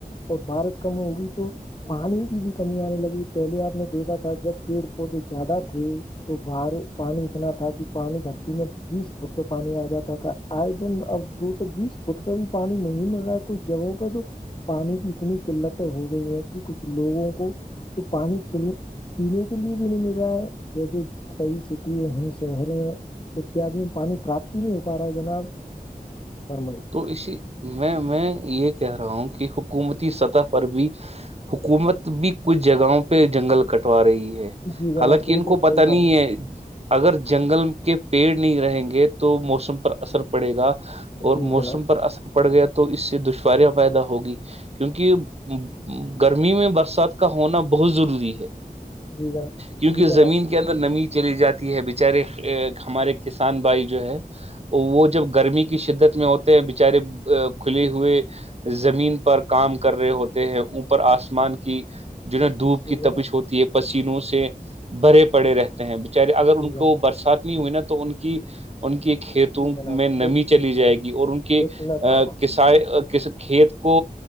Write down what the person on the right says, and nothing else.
تو اسی میں میں یہ کہہ رہا ہوں کہ حکومتی سطح پر بھی حکومت بھی کچھ جگہوں پہ جنگل کٹوا رہی ہے
حالانکہ
ان کو
پت
نہیں ہے اگر جنگل کے پیڑ نہیں رہیں گے تو موسم پر اثر پڑے گا اور
موسم
پر اثر پڑ گیا تو اس سے دشواریاں پیدا ہوگی کیونکہ گرمی میں برسات کا ہونا بہت ضروری ہے
کیونکہ
زمین کے اندر نمی چلی جاتی ہے بچارے ہمارے کسان بھائی جو ہے وہ جب گرمی کی شدت میں ہوتے ہیں بچارے کھلے ہوئے زمین پر کام کر رہے ہوتے ہیں اوپر آسمان کی جو نا دھوپ
کی
تپش ہوتی ہے پسینوں سے بھرے پڑے رہتے ہیں بچارے اگر ان
کو
برسات نہیں ہوئی نا تو ان کی ان کے کھیتوں
میں نمی
چلی جائے گی اور ان کی
ک کھیت کو